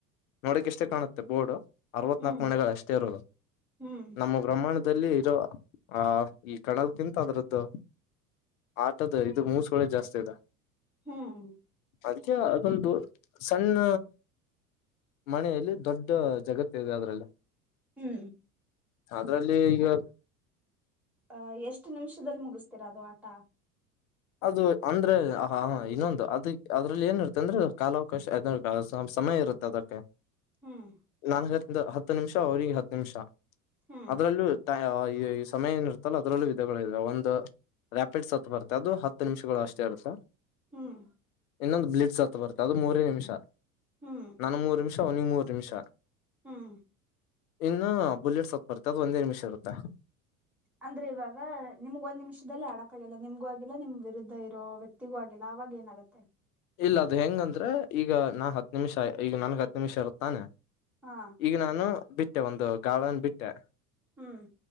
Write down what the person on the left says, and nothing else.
ನೋಡಕ್ ಇಷ್ಟೇ ಕಾಣುತ್ತೆ ಬೋರ್ಡ್ ಅರವತ್
ನಾಕು ಮನೆಗಳು ಅಷ್ಟೇ ಇರೋದು
ನಮ್ಮ ಗ್ರ ಪ್ರಮಾಣದಲ್ಲಿ ಇರೋ ಆ ಈ ಕಣದಕ್ಕಿಂತ ಅದ್ರದ್ದು ಆತದ ಇದು ಮೂಸ್ಗಳಳೆ ಜಾಸ್ತಿ ಅದ
ಅ ಅದೊಂದು ಸಣ್ಣ ಮನೆಯಲ್ಲಿ ದೊಡ್ಡ ಜಗತ್ತ ಇದೆ ಅದ್ರಲ್ಲ
ಅದ್ರಲ್ಲಿ ಈಗ
ಅದು ಅಂದ್ರೆ ಹ ಇನ್ನೊಂದು ಅದ ಅದ್ರಲ್ಲಿ ಏನಿ ಇರ್ತ್ತ ಅಂದ್ರೆ ಕಾಲಾವಕಾಶ ಸಮಯ ಇರುತ್ತೆ ಅದಕ್ಕೆ
ನಾನ್ ಹೇಳ್ತಿದ್ದ ಹತ್ತು ನಿಮಿಷ ಅವರಿಗೆ ಹತ್ತು ನಿಮಿಷ
ಅದ್ರಲ್ಲೂ ಈ ಸಮಯ ಏನಿರ್ತ್ತಲ್ಲ ಅದ್ರಲ್ಲೂ ವಿಧಗಳುೆ ಒಂದು ರ್ಯಾಪಿಡ್ ಸತ್ತು ಬರ್ೆ ಅದು ಹತ್ತು ನಿಮಿಷಗಳು ಅಷ್ಟೇ ಅರ್ಸ
ೊಂದು ಬ್ಲಿಡ್ ಸತ್ತ ಬರ್ತ್ತೆ ಅದು ಮೂರೇ ನಿಮಿಷ
ನನ್ ಮೂರು ನಿಮಿಷ ಅವನಿಿಗೆ ಮೂರ್ ನಿಮಿಷ
ಇನ್ನು ಬುಲೆಟ್ಸ್ತ್ ಬರ್ತ್ತೆ ಅದ ಒಂದೇ ನಿಮಿಷ ಇರುತ್ತೆ
ಇಲ್ಲ ಅದು ಹೆಂಗಂದ್ರೆ ಈಗ ನಾ ಹತ್ ನಿಮಿಷ ಈಗ ನನ್ಗ್ ಹತ್ ನಿಮಿಷ ಇರುತ್ತಾನೆ
ಈಗ ನಾನು ಬಿಟ್ಟೆ ಒಂದು ಗಾರ್ಳನ್ ಬಿಟ್ಟೆ